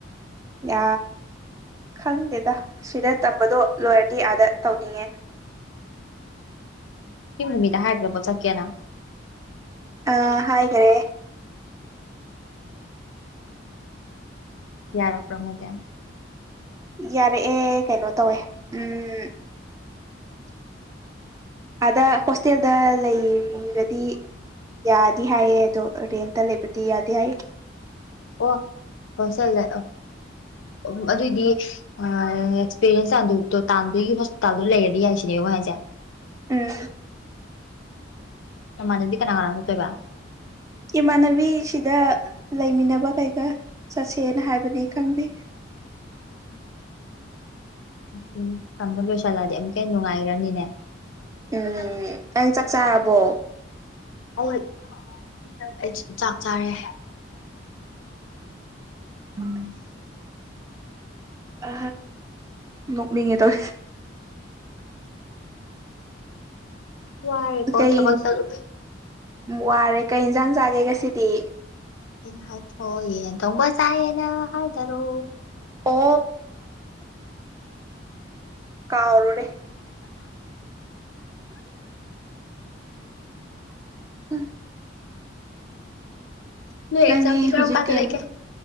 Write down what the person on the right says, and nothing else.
ꯌꯥ ꯈꯪꯗꯦꯗ ꯁꯤꯗ ꯇꯝꯕꯗꯣ ꯂꯣꯏꯔꯗꯤ ꯑꯥꯗ ꯇꯧꯅꯤꯡꯉꯦꯅꯦ
ꯑꯥ ꯍꯥꯏꯔꯦ
ꯌꯥꯔꯛꯑꯦ ꯀꯩꯅꯣ ꯇꯧꯋꯦ ꯎꯝ ꯑꯥꯗ ꯍꯣꯁꯇꯦꯜꯗ ꯂꯩꯔꯗꯤ ꯌꯥꯗꯤ ꯍꯥꯏꯌꯦ ꯑꯗꯣ ꯔꯦꯟꯇ ꯂꯩꯕꯗꯤ ꯌꯥꯗꯦ ꯍꯥꯏ
ꯎꯝ
ꯏꯃꯥꯟꯅꯕꯤꯁꯤꯗ ꯂꯩꯃꯤꯟꯅꯕ ꯀꯩꯀꯥ ꯆꯠꯁꯦꯅ ꯍꯥꯏꯕꯅꯤ ꯈꯪꯗꯦ
ꯎꯝ ꯑꯩꯪ ꯆꯥꯛ ꯆꯥꯔꯕꯣ
ꯎꯝ ꯑ ꯅꯣꯛꯅꯤꯡꯉꯦ ꯇꯧꯋꯤ
ꯀꯩ
ꯋꯥꯔꯦ ꯀꯩ ꯌꯦꯟꯁꯥꯡ ꯆꯥꯒꯦ ꯉꯁꯤꯗꯤ
ꯑꯣ ꯀꯥꯎꯔꯣꯨꯔꯦ ꯎ
ꯅꯪꯗꯤ
ꯍꯧꯖꯤꯛꯀꯤ